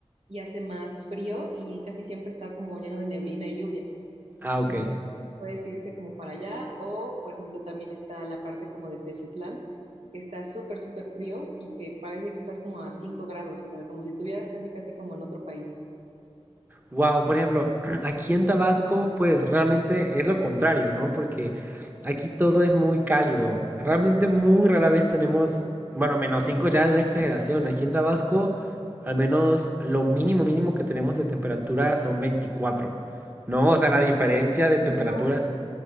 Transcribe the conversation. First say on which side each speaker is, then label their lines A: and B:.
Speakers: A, on the right; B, on the right.
A: y hace más frío y casi siempre está como lleno de neblina y lluvia.
B: Ah, ok.
A: Entonces, puedes irte como para allá o, por ejemplo, también está la parte como de Teciutlán, que está súper, súper frío y que parece que estás como a 5 grados, o sea, como si estuvieras casi, casi como en otro país.
B: Wow, por ejemplo, <clears throat> aquí en Tabasco, pues realmente es lo contrario, ¿no? Porque aquí todo es muy cálido. Realmente muy rara vez tenemos, bueno, menos 5 ya es una exageración. Aquí en Tabasco, al menos lo mínimo mínimo que tenemos de temperatura son 24. No, o sea, la diferencia de temperaturas.
A: No.